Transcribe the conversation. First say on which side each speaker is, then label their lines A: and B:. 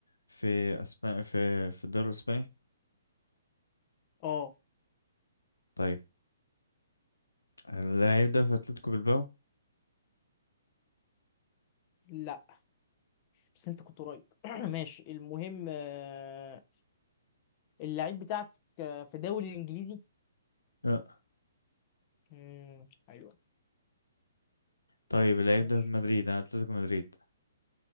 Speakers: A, on the left; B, on the left.
A: في أسبانيا في في الدوري الإسباني
B: اه
A: طيب اللعيب ده في اتلتيكو بالباو
B: لا بس انت كنت قريب <clears throat> ماشي المهم آه، اللعيب بتاعك آه، في دوري الانجليزي
A: لا
B: مم، حلوة
A: طيب اللعيب
B: ماشي
A: ده في مدريد انا اتلتيكو مدريد